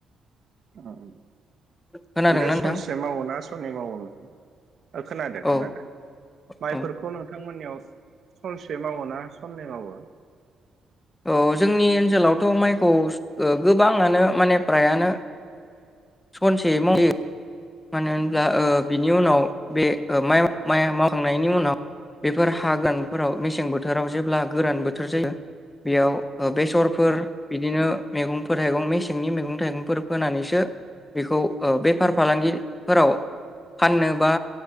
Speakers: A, on the right; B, on the left.
A: आ ओं
B: खोनादोंना
A: ओमफ्राय सनसे
B: नोंथां
A: मावो ना सननै मावो नों खोनादो
B: औ
A: खोनादो माइफोरखौ
B: औ
A: नोंथांमोननियाव। सानसे मावोना साननै मावो?
B: औ जोंनि ओनसोलावथ' माइखौ ओ गोबाङानो माने प्रायानो सनसे <unintelligible> मानो होनब्ला
A: उम
B: ओ बिनि उनाव बे ओ <unintelligible> मावखांनायनि उनाव बेफोर हा <unintelligible> फोराव मेसें बोथोराव जेब्ला गोरान बोथोर जायो बेयाव ओ बेसरफोर बिदिनो मेगं <unintelligible> मेसेंनि मेगं थाइगंफोर फोनानैसो बेखौ ओ बेफार फालांगि फोराव फाननोबा